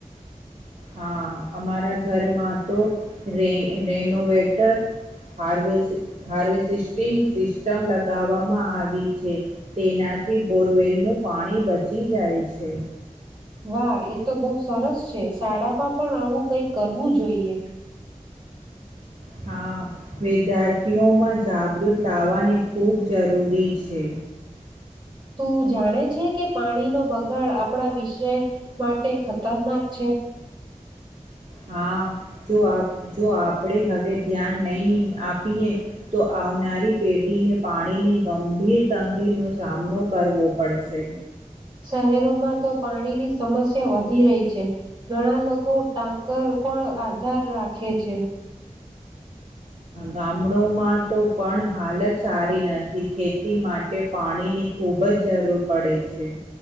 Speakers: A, on the right; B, on the right.
A: હા. અમારા ઘરમાં તો રે રેનોવેટર હાર્વે હાર્વેસ્ટિંગ સિસ્ટમ લગાવવામાં આવી છે તેનાથી બોરવેલનું પાણી બચી જાય છે.
B: વાહ એ તો બહું સરસ છે. શાળામાં પણ આવું કઈક કરવું જોઈએ.
A: હા વિદ્યાર્થીઓમાં જાગૃત લાવવાની ખૂબ જરૂરી છે.
B: તું જાણે છે કે પાણીનો બગાડ આપણા વિષય માટે ખતરનાક છે.
A: હા જો આપ જો આપણે હવે ધ્યાન નહી આપીએ તો આવનારી પેઢીને પાણીની ગંભીર તંગીનો સામનો કરવો પડશે.
B: શહેરોમાં તો પાણીની સમસ્યા વધી રહી છે. ઘણા લોકો ટાંકર પણ આધાર રાખે છે.
A: ગામડોમાં તો પણ હાલત સારી નથી ખેતી માટે પાણીની ખૂબ જ જરૂર પડે છે.